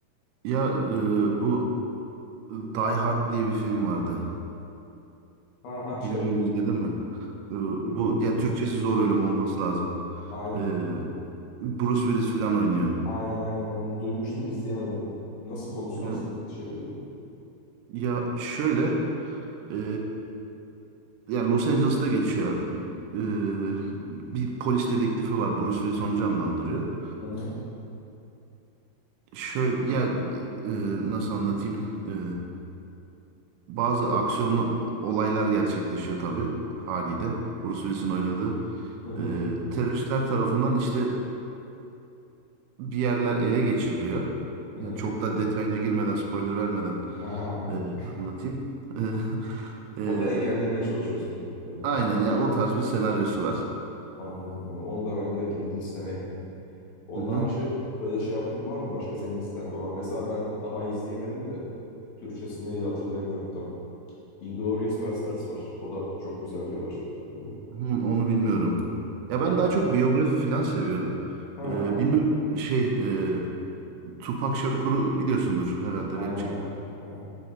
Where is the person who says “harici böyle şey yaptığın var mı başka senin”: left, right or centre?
Left